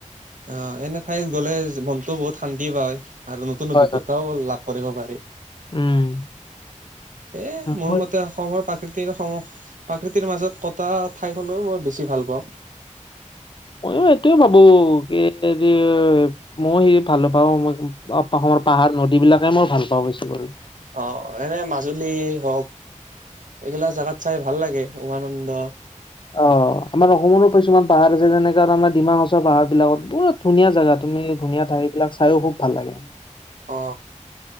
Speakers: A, on the right; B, on the left.
A: অ এনে ঠাইত গলে মনতো বহুত শান্তি পায় আৰু নতুন
B: হয়
A: অভিজ্ঞতাও
B: হয়
A: লাভ কৰিব পাৰি।
B: উম।
A: এ মোৰ
B: মই
A: মতে অসমৰ প্ৰাকৃতিক সম প্ৰাকৃতিৰ মাজত কটা ঠাইখনো মই বেছি ভাল পাওঁ।
B: মইয়ো এইটোয়ে ভাবো কি <inaudible> মই সি ভাল পাওঁ, মই অসমৰ পাহাৰ, নদীবিলাকে মই ভাল পাওঁ বেছি কৰি।
A: অ এনে মাজুলী হওক এইগিলা জাগাত চাই ভাল লাগে উমানন্দ
B: অ' আমাৰ অসমৰো কিছুমান পাহাৰ আছে যেনেকা তোমাৰ ডিমা হাছাও পাহাৰবিলাকত বহুত ধুনীয়া জেগা, তুমি ধুনীয়া ঠাই এইবিলাক চাইও খুব ভাল লাগে।
A: অ,